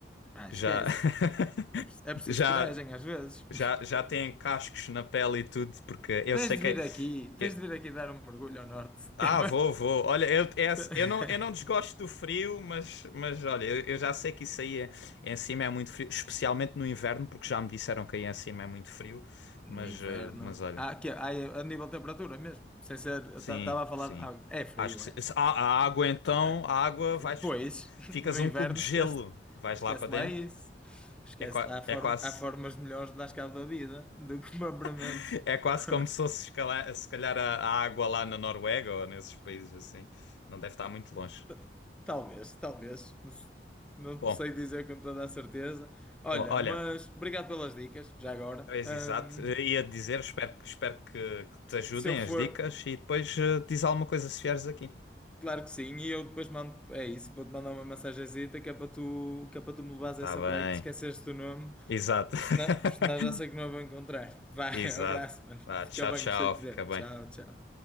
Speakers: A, in the centre; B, on the left.
A: ah,
B: Já,
A: esquece.
B: <laughs>
A: É, pre- é preciso
B: já,
A: coragem às vezes. <laughs>
B: já, já têm cascos na pele e tudo, porque eu
A: Tens
B: sei
A: de
B: que
A: vir
B: é.
A: aqui,
B: Eu,
A: tens de vir aqui dar um mergulho ao Norte.
B: Ah,
A: que é
B: vou, vou. Olha, eu, é- assim,
A: para-
B: eu não, eu não desgosto
A: <laughs>
B: do frio, mas, mas olha, eu, eu já sei que isso aí é, em cima é muito frio, especialmente no inverno, porque já me disseram que aí em cima é muito frio.
A: No
B: Mas,
A: inverno.
B: eh, mas olha,
A: Ah, que é, ah, é a nível de temperatura mesmo. Sem ser.
B: sim,
A: Estava a falar.
B: sim.
A: de algo- é frio,
B: Acho que sim.
A: é?
B: Se- A, a água então,
A: Claro.
B: a água vais,
A: Pois,
B: tu-
A: <laughs>
B: ficas
A: no
B: um
A: inverno
B: cubo de
A: esquece,
B: gelo, vais
A: esquece
B: lá para dentro.
A: lá isso. Esquece
B: É, qua-
A: lá. Há, form,
B: é quase,
A: há formas melhores de dar cabo da vida do que propriamente.
B: <laughs> é quase
A: <laughs>
B: como se fosse escalar- se calhar a, a água lá na Noruega ou nesses países assim. Não deve estar muito longe.
A: T- Talvez, talvez. Não
B: Bom,
A: sei dizer com toda a certeza. Olha,
B: o- olha.
A: mas obrigado pelas dicas, já agora.
B: Pois,
A: Ahm,
B: exato. Eu Ia dizer, espero, que- espero que, que te ajudem
A: se eu for.
B: as dicas e depois eh, diz alguma coisa se vieres aqui.
A: Claro que sim, e eu depois mando, é isso, vou-te mandar uma mensagenzita que é para tu, que é para tu me levares
B: Tá
A: a essa
B: bem.
A: praia que te esqueceste do nome,
B: Exato.
A: porque senão, porque senão
B: <laughs>
A: já sei que não a vou encontrar. Vai,
B: Exato.
A: <laughs> abraço, mano.
B: Vá,
A: Fica
B: tchau,
A: bem,
B: tchau.
A: gostei de te
B: Fica
A: ver.
B: bem.
A: Tchau, tchau.